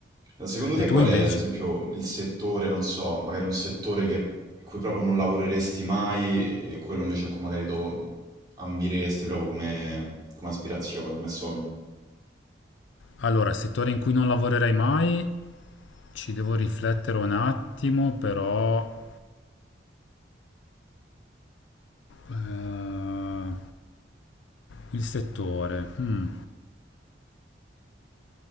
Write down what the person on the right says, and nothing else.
Secondo te
qual
è, ad esempio, il settore, non so, magari un settore che, in cui proprio non lavoreresti mai e quello invece in cui magari tu ambiresti proprio come, come aspirazione, come sogno?